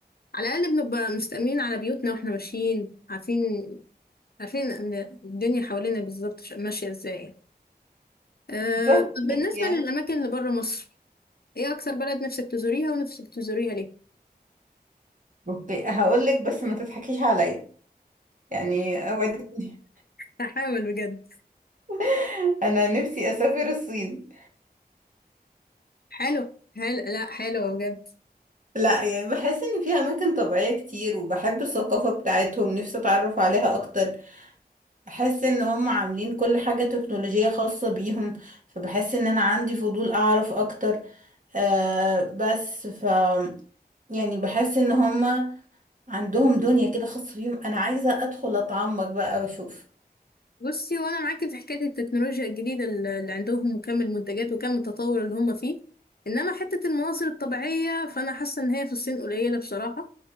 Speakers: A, on the left; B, on the right.
A: على الأقل بنبقى مستأمنين على بيوتنا واحنا ماشيين عارفين عارفين إن الدنيا حوالينا بالظبط ماشية ازاي أه
B: فاهمك
A: طب
B: <laughs>
A: بالنسبة
B: يعني
A: للأماكن اللي بره مصر إيه أكتر بلد نفسك تزوريها ونفسك تزوريها ليه؟
B: اوكي هقولك بس ما تضحكيش عليا يعني اوعديني
A: هحاول بجد
B: <laughs> انا نفسي اسافر الصين
A: حلو حلو لا حلو بجد
B: لا يعني بحس ان فيها اماكن طبيعية كتير وبحب الثقافة بتاعتهم نفسي اتعرف عليها اكتر بحس ان هم عاملين كل حاجة تكنولوجية خاصة بيهم فبحس ان انا عندي فضول اعرف اكتر آه بس ف يعني بحس ان هما عندهم دنيا كده خاصة بيهم انا عايزة ادخل اتعمق بقى واشوف
A: بصي وأنا معاكي في حكاية التكنولوجيا الجديدة اللي اللي عندهم وكم المنتجات وكم التطور اللي هم فيه إنما حتة المناظر الطبيعية فأنا حاسة إن هي في الصين قليلة بصراحة